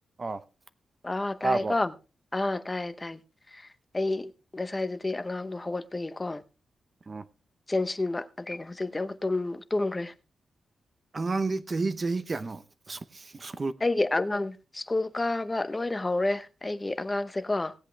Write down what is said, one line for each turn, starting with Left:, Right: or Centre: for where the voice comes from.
Right: ꯑꯥ
Left: ꯑ
Right: ꯇꯥꯔꯕꯣ
Left: ꯇꯥꯏꯌꯦꯀꯣ ꯑꯥ ꯇꯥꯏꯌꯦ ꯇꯥꯏꯌꯦ ꯑꯩ ꯉꯁꯥꯏꯗꯗꯤ ꯑꯉꯥꯡꯗꯣ ꯍꯧꯒꯠꯄꯒꯤꯀꯣ
Right: ꯑꯣ
Left: ꯆꯦꯟꯁꯤꯟꯕ ꯑꯗꯨꯒ ꯍꯧꯖꯤꯛꯇꯤ ꯑꯃꯨꯛꯀ ꯇꯨꯝ ꯇꯨꯝꯈ꯭ꯔꯦ
Right: ꯑꯉꯥꯡꯗꯤ ꯆꯍꯤ ꯆꯍꯤ ꯀꯌꯥꯅꯣ ꯁꯨ ꯁꯨ
Left: ꯑꯩꯒꯤ ꯑꯉꯥꯡ ꯁ꯭ꯀꯨꯜ ꯀꯥꯕ ꯂꯣꯏꯅ ꯍꯧꯔꯦ ꯑꯩꯒꯤ ꯑꯉꯥꯡꯁꯦꯀꯣ